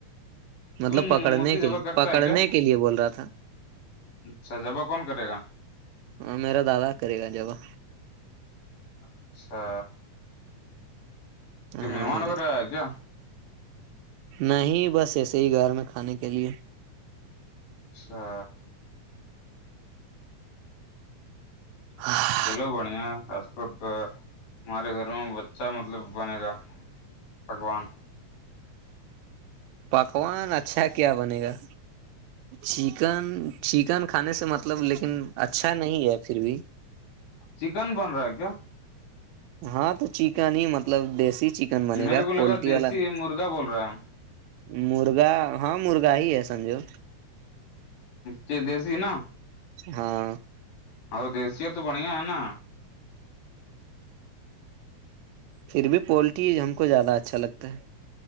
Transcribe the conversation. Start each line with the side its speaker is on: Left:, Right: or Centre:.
Right: مطلب
Left: تم
Right: پکڑنے
Left: مرغی ذبح
Right: کے لیے
Left: کرتا
Right: پکڑنے
Left: ہے کیا
Right: کے لیے بول رہا تھا
Left: اچھا ذبہ کون کرے گا
Right: ہاں میرا دادا کرے گا ذبہ
Left: اچھا کہ
Right: ہاں
Left: مہمان وغیرہ آیا کیا
Right: نہیں بس ایسے ہی گھر میں کھانے کے لیے
Left: اچھا
Right: ہاں
Left: چلو بڑھیا خاص طور پر ہمارے گھر میں بچھا مطلب بنے گا پکوان
Right: پکوان اچھا کیا بنے گا چکن چکن کھانے سے مطلب لیکن اچھا نہیں ہے پھر بھی
Left: چکن بن رہا ہے کیا
Right: ہاں تو چکن ہی مطلب دیسی چکن بنے
Left: میرے
Right: گا
Left: کو لگا
Right: پولٹری
Left: دیسی
Right: والا نہیں
Left: مرغا بول رہا
Right: مرغا ہاں مرغا ہی ہے سمجھو
Left: چ دیسی ہے نا
Right: ہاں
Left: اور دیسیی ہے تو بڑھیا ہے نا
Right: پھر بھی پولٹری ہم کو زیادہ اچھا لگتا ہے